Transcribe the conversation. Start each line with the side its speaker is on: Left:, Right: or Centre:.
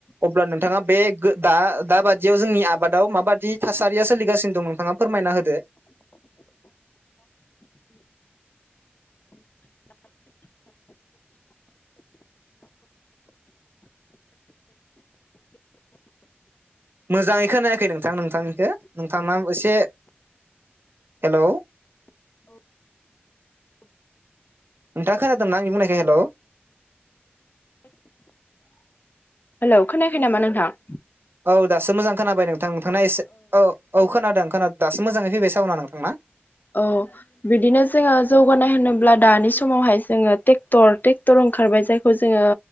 Right: अब्ला नोंथाङा बे गो दा दा बादियाव जोंनि आबादाव माबादि थासारिया सोलिगासिनो दं नोंथाङा फोरमायना होदो। मोजाङै खोनायाखै नोंथां नोंथांनिखो। नोंथांना एसे हेलौ नोंथा खोनादों ना आंनि बुंनायखौ हेल'?
Left: <inaudible> हेल' खोनायाखै नामा नोंथां?
Right: औ दासो मोजां खोनाबाय नोंथां। नोंथांना एसे औ औ खोनादों खोनादों दासो मोजाङै फैबाय सावना नोंथांना।
Left: औ। बिदिनो जोङो जौगानाय होनोब्ला दानि समावहाय जोङो ट्रेक्टर ट्रेक्टर ओंखारबाय जायखौ जोङो